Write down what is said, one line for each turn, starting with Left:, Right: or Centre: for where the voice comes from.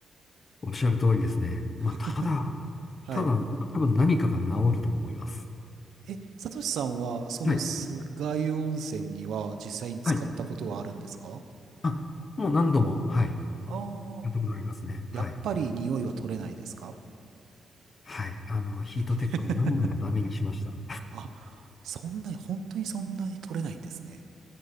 Left: おっしゃる通りですね。
Right: <laughs>
Left: まあ、ただ、
Right: はい。
Left: ただ、多分何かが治ると思います。
Right: え、サトシさんは、その酸ヶ湯温泉には実際に使ったことはあるんですか
Left: はい。はい。あ、もう何度も、はい。や
Right: ああ
Left: ったことありますね。はい。
Right: ー、やっぱり匂いは取れないですか
Left: はい。あの、ヒートテックを何枚もダメにしました。
Right: <laughs> あ、そんなに、本当にそんなに取れないんですね。